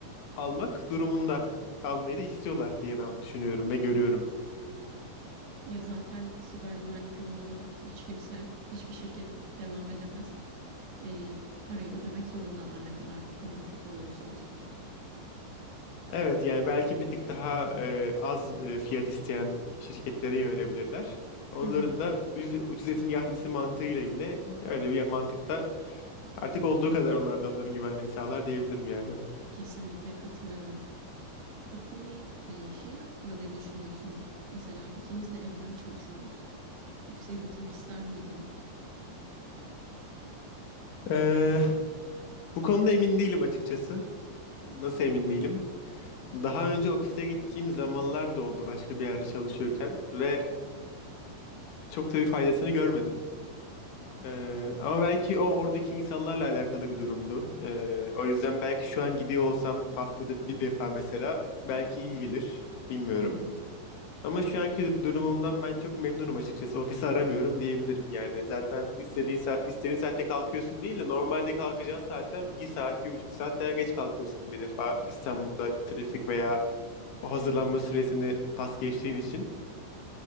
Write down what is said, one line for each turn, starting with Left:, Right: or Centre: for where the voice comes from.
Left: almak durumunda almayı da istiyorlar diye ben düşünüyorum ve görüyorum.
Right: Ya zaten siber güvenlik olmadan hiç kimse, hiçbir şirket devam edemez. Ee, parayı ödemek zorundalar ne kadar ekonomi kötü olursa olsun.
Left: Evet yani belki bir tık daha e, az e, fiyat isteyen şirketlere yönelebilirler. Onların
Right: Hı hı.
Left: da ucuz, ucuz etin yahnisi mantığıyla yine öyle bir mantıkta artık olduğu kadar onlar da onların güvenliğini sağlar diyebilirim yani.
Right: Kesinlikle katılıyorum. Peki e, şey hakkında ne düşünüyorsun? Mesela ikimiz de evden çalışıyoruz. Ofise gitmek ister miydin?
Left: Ee, bu konuda emin değilim açıkçası. Nasıl emin değilim? Daha önce ofise gittiğim zamanlar da oldu başka bir yerde çalışıyorken ve çok da bir faydasını görmedim. Ee, ama belki o oradaki insanlarla alakalı bir durumdu. Ee, o yüzden belki şu an gidiyor olsam haftada bir defa mesela belki iyi gelir. Bilmiyorum.
Right: Hı hı.
Left: Ama şu anki durumumdan ben çok memnunum açıkçası. Ofisi aramıyorum diyebilirim. Yani zaten istediğin saat, istediğin saatte kalkıyorsun değil de normalde kalkacağın saatten bir saat, bir buçuk saat daha geç kalkıyorsun bir defa. İstanbul'da trafik veya o hazırlanma süresini pas geçtiğin için.